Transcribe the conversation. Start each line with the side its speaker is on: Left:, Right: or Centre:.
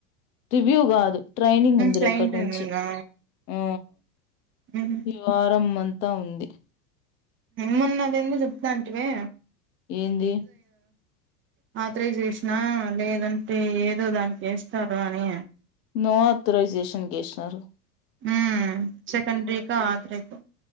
Left: రివ్యూ కాదు ట్రైనింగ్ ఉంది
Right: క్లైంట్
Left: రేపటి
Right: ట్రైనింగా
Left: నుంచి ఆ
Right: ఉహు
Left: ఈ వారం మంత తా ఉంది
Right: మొన్న అది ఏందో చెప్టాంటివే
Left: ఏంది
Right: పాత్రే చేసినా లేదంటే ఏదో దానికి వస్తారు అని
Left: నో అథరైజేషన్ చేసినారు
Right: ఉమ్ చెకండ్రి ఇంకా ఆత్రేకు